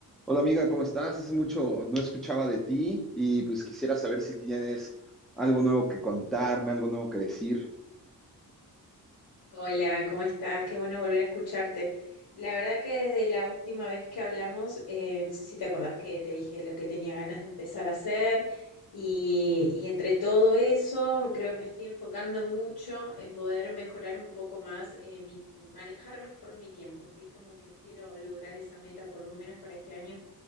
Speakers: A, in the centre; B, on the left.
A: Hola amiga, ¿cómo estás? Hace mucho no escuchaba de ti y pues quisiera saber si tienes algo nuevo que contarme, algo nuevo que decir.
B: Hola, ¿cómo estás? Qué bueno volver a escucharte. La verdad que desde la última vez que hablamos, eh, no sé si te acordás que te dije lo que tenía ganas de empezar a hacer y, y entre todo eso creo que me estoy enfocando mucho en poder mejorar un poco más, eh, mi, manejar mejor mi tiempo. Estoy como que quiero lograr esa meta por lo menos para este año,